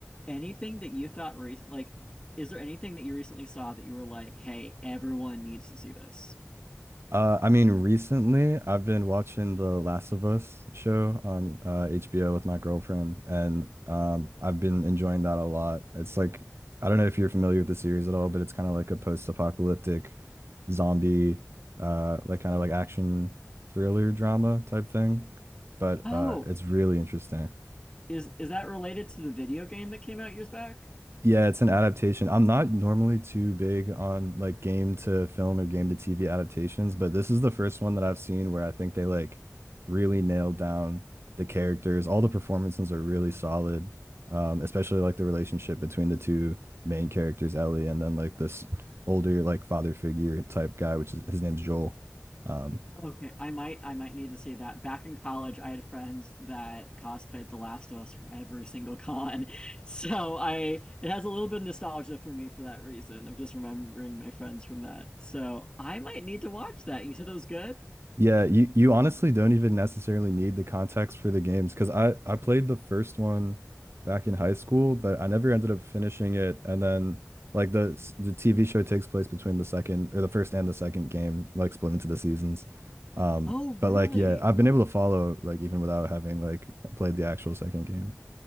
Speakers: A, on the left; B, on the right.
A: anything that you thought re- like is there anything that you recently saw that you were like, "Hey, everyone needs to see this."
B: Uh, I mean, recently I've been watching The Last of Us show on uh, HBO with my girlfriend, and um, I've been enjoying that a lot. It's like, I don't know if you're familiar with the series at all, but it's kind of like a post-apocalyptic zombie, uh, like kind of like action thriller drama type thing. But
A: Oh,
B: uh, it's really interesting.
A: is is that related to the video game that came out years back?
B: Yeah, it's an adaptation. I'm not normally too big on like game to film or game to TV adaptations, but this is the first one that I've seen where I think they like really nailed down the characters. All the performances are really solid, um, especially like the relationship between the two main characters, Ellie, and then like this older like father figure type guy, which is his name's Joel. Um,
A: Okay, I might I might need to see that. Back in college, I had friends that cosplayed The Last of Us for every single con. <laughs> So I it has a little bit of nostalgia for me for that reason of just remembering my friends from that. So I might need to watch that. You said it was good?
B: Yeah, you you honestly don't even necessarily need the context for the games because I I played the first one back in high school, but I never ended up finishing it. And then like the s- the TV show takes place between the second or the first and the second game, like split into the seasons. Um,
A: Oh,
B: but
A: really?
B: like yeah, I've been able to follow like even without having like played the actual second game.